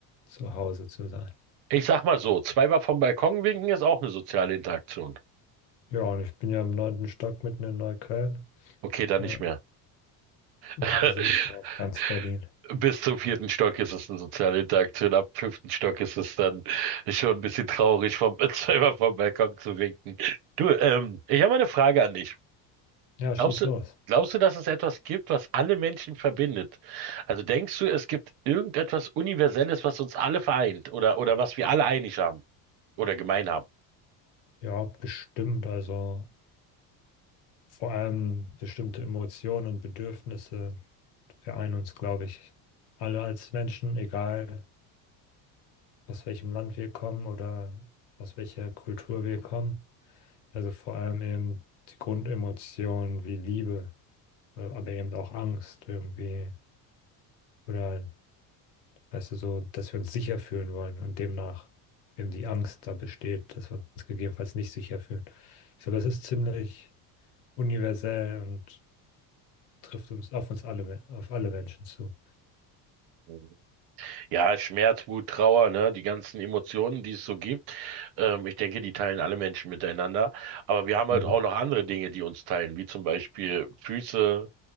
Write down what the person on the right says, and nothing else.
Ich sag mal so, zweimal vom Balkon winken ist auch eine soziale Interaktion.
Okay, dann
nicht mehr.
<laughs>
Bis zum vierten Stock ist es eine soziale Interaktion. Ab fünften Stock ist es dann schon ein bisschen traurig, vom, <laughs> zweimal vom Balkon zu winken. Du, ähm, ich habe eine Frage an dich.
Glaubst
du,
glaubst du, dass es etwas gibt, was alle Menschen verbindet? Also denkst du, es gibt irgendetwas Universelles, was uns alle vereint oder, oder was wir alle einig haben oder gemein haben?
Mhm. Ja, Schmerz, Wut, Trauer, ne, die ganzen Emotionen, die es so gibt. Ähm, ich denke, die teilen alle Menschen miteinander. Aber wir haben
halt auch noch andere Dinge, die uns teilen, wie zum Beispiel Füße,